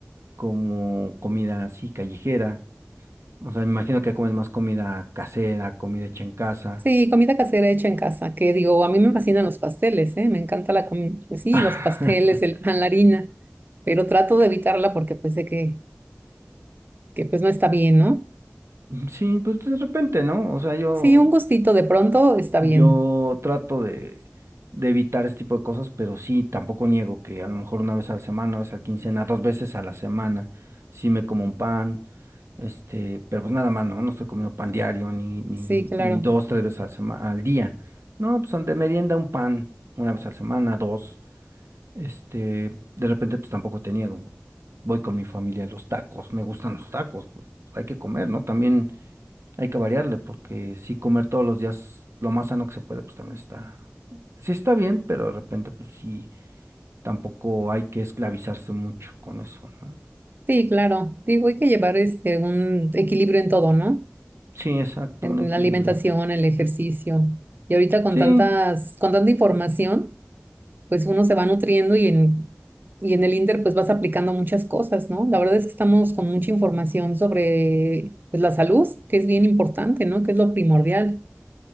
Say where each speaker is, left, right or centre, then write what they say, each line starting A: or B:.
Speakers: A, on the right (about 80°); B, on the right (about 45°).
A: como comida así callejera. O sea, me imagino que comes más comida casera, comida hecha en casa.
B: Sí, comida casera hecha en casa, que digo, a mí me fascinan los pasteles, ¿eh? Me encanta la comida, sí, los
A: <laughs>
B: pasteles, el pan, la harina, pero trato de evitarla porque pues sé que, que pues no está bien, ¿no?
A: Sí, pues de repente, ¿no? O sea, yo,
B: Sí, un gustito de pronto está
A: yo
B: bien.
A: trato de, de evitar este tipo de cosas, pero sí, tampoco niego que a lo mejor una vez a la semana, una vez a la quincena, dos veces a la semana, sí me como un pan, este, pero pues nada más, ¿no? No estoy comiendo pan diario, ni, ni,
B: Sí, claro.
A: ni dos, tres veces a la sema- al día. No, pues de merienda un pan, una vez a la semana, dos. Este, de repente, pues tampoco tenía, como, voy con mi familia a los tacos, me gustan los tacos, pues hay que comer, ¿no? También hay que variarle, porque si comer todos los días lo más sano que se puede, pues también está, sí está bien, pero de repente, pues sí, tampoco hay que esclavizarse mucho con eso, ¿no?
B: Sí, claro. Digo, hay que llevar este un equilibrio en todo, ¿no?
A: Sí, exacto,
B: En
A: un equilibrio.
B: la alimentación, el ejercicio. Y ahorita con
A: Sí,
B: tantas, con tanta información. pues uno se va nutriendo y en, y en el Inter pues vas aplicando muchas cosas, ¿no? La verdad es que estamos con mucha información sobre pues la salud, que es bien importante, ¿no? Que es lo primordial.